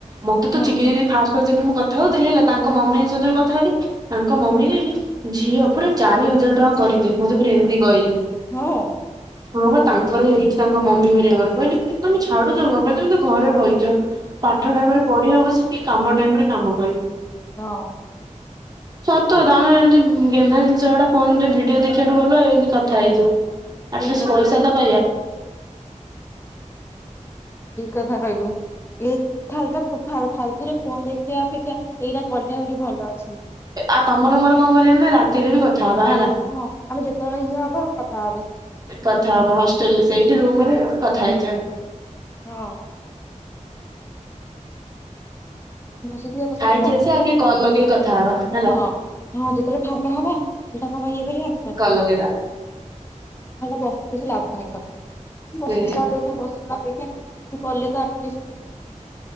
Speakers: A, on the right; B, on the left.
A: ମ ତ
B: ହଁ
A: ତ ଚି ଫା ଫ କଥା ହଉଥିଲି ହେଲା ତାଙ୍କ ମମିରେ
B: ହଁ
A: କଥା ହେଲି ତାଙ୍କ ମମି ହେ। ଝିଅ ପୁରା ଚାରି ହଜାର ଟଙ୍କା କରିଦିଏ ମତେ ପୁରରେ ଏମିତି କହିଲେ।
B: ହଁ
A: ହଁ ବା ତାଙ୍କର ହେଇଛି ତାଙ୍କ ମମି ହରିଆଙ୍କର କହିଲେ ତମେ ଛାଡୁଛ ପାଇଁ ତମେ ତ ଘରେ ବଇଛ। ପାଠ
B: ହଁ
A: ଟାଇମ ରେ ପଢିବବଶ୍ୟ କି କାମ ଟାଇମ ରେ କାମ କରିବ।
B: ହଁ
A: ସତ ତମର ଏମତି ଗେନ୍ଧା ଜିନିଷ ଗୁଡା ଫୋନ ରେ ଭିଡିଓ ଦେଖିବାଠୁ ଗଲ ଏମିତି କଥା ହେଇଯିବ।
B: ଠିକ
A: ଆଟଲିଷ୍ଟ ପଇସା
B: କଥା
A: ତ ପାଇଆ।
B: ଠିକ କଥା କହିଲୁ ଏଇ ଫାଲା ଫାଲତୁରେ ଫୋନ ଦେଖିବା ଅପେକ୍ଷା ଏଇରା କଲେ ଆହୁରି ଭଲ ଅଛି।
A: ଆଉ ତମର ମୋର କଣ କରିବା ନା ରାତିରେ ବି କଥା ହବା ହେଲା।
B: ହଁ ଆମେ ଯେତେବେଳେ ଇଏ ହବ ଆ କଥା ହବ।
A: କଥା ହବା ହଷ୍ଟେଲରେ ସେଇଠି ରୁମରେ କଥା ହେଇଯିବା।
B: ହଁ। ବସିଥିବା ବସିଥିବା
A: ଖାଇକି ଆସି ଆଗେ କଲ ଲଗେଇକି କଥା ହେବା।
B: ହଁ ହଁ ଯେତେବେଳେ ଫାଙ୍କା ହବା ତାଙ୍କ ପାଇଁ ୟେ କରିବା <unintelligible>
A: କଲ ଲଗେଇଲା
B: ଖା ରେ ବସିକି କିଛି ଲାଭ ନାହିଁ ସର
A: ସେଇଆ।
B: ବସିକିପେକ୍ଷା ବସ ଅପେକ୍ଷା କି କଲେତ ଆଟଲିଷ୍ଟ <unintelligible>